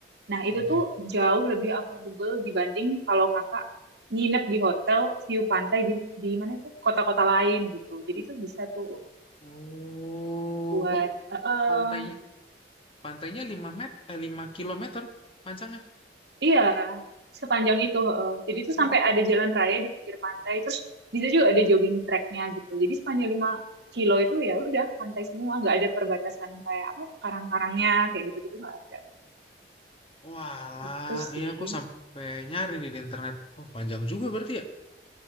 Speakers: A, on the right; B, on the left.
A: Nah, itu
B: mhm.
A: tuh jauh lebih affordable dibanding kalau kakak nginep di hotel view pantai di di mana itu kota-kota lain gitu. Jadi tuh bisa tuh
B: Oh,
A: buat
B: oh
A: eh, eh,
B: pantai pantainya 5 met eh 5 kilometer panjangnya.
A: Iya, sepanjang itu. heeh. Jadi itu
B: Uh,
A: sampai ada jalan raya di pinggir pantai, terus bisa juga ada jogging tracknya gitu. Jadi sepanjang lima kilo itu ya udah pantai semua, nggak ada perbatasan kayak apa karang-karangnya kayak gitu-gitu nggak ada.
B: wah,
A: Itu sih,
B: iya aku sampai nyari nih di internet. Oh, panjang juga berarti ya?